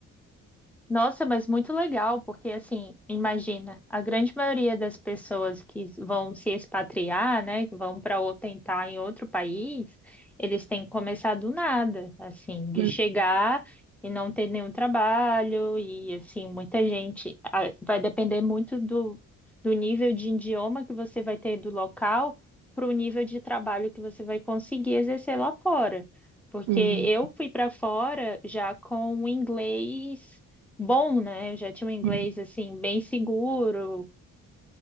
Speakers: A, in the centre; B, on the right.
A: Nossa, mas muito legal, porque assim, imagina, a grande maioria das pessoas que vão se expatriar, né, que vão para ou tentar em outro país, eles têm que começar do nada, assim, de
B: Hum,
A: chegar e não ter nenhum trabalho e assim, muita gente ah, vai depender muito do, do nível de idioma que você vai ter do local para o nível de trabalho que você vai conseguir exercer lá fora. Porque
B: hum,
A: eu fui para fora já com o inglês bom, né? Eu já tinha um inglês
B: hum,
A: assim bem seguro,